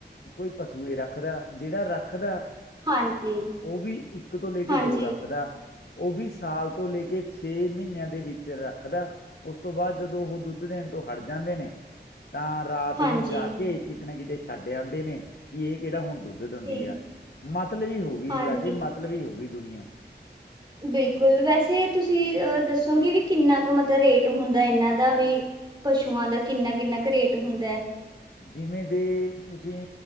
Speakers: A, on the left (about 65°); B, on the right (about 25°).
A: ਕੋਈ ਪਸ਼ੂਏ ਰੱਖਦਾ ਜਿਹੜਾ ਰੱਖਦਾ
B: ਹਾਂਜੀ
A: ਉਹ ਵੀ ਇੱਕ ਤੋਂ ਲੈ ਕੇ
B: ਹਾਂਜੀ
A: ਦੋ ਰੱਖਦਾ ਉਹ ਵੀ ਸਾਲ ਤੋਂ ਲੈ ਕੇ ਛੇ ਮਹੀਨਿਆਂ ਦੇ ਵਿੱਚ ਚਿਰ ਰੱਖਦਾ। ਉਸ ਤੋਂ ਬਾਅਦ ਜਦੋਂ ਉਹ ਦੁੱਧ ਦੇਣ ਤੋਂ ਹਟ ਜਾਂਦੇ ਨੇ ਤਾਂ ਰਾਤ
B: ਹਾਂਜੀ
A: ਨੂੰ ਜਾ ਕੇ ਕਿਤੇ ਨਾ ਕਿਤੇ ਛੱਡ ਆਉਂਦੇ ਨੇ, ਕਿ ਇਹ ਕਿਹੜਾ ਹੁਣ ਦੁੱਧ ਦੇਂਦੀ
B: ਠੀਕ
A: ਆ, ਮਤਲਬੀ ਹੋ ਗਈ
B: ਹਾਂਜੀ
A: ਰਾਜੇ ਮਤਲਬ ਹੀ ਹੋ ਗਈ ਦੁਨੀਆ।
B: ਬਿਲਕੁਲ, ਵੈਸੇ ਤੁਸੀਂ ਦੱਸੋਗੇ ਵੀ ਕਿੰਨਾ ਕੁ ਮਤਲਬ ਰੇਟ ਹੁੰਦਾ ਇਹਨਾਂ ਦਾ ਵੀ ਪਸ਼ੂਆਂ ਦਾ ਕਿੰਨਾ ਕਿੰਨਾ ਕੁ ਰੇਟ ਹੁੰਦਾ
A: ਜਿਵੇਂ ਦੇ ਤੁਸੀਂ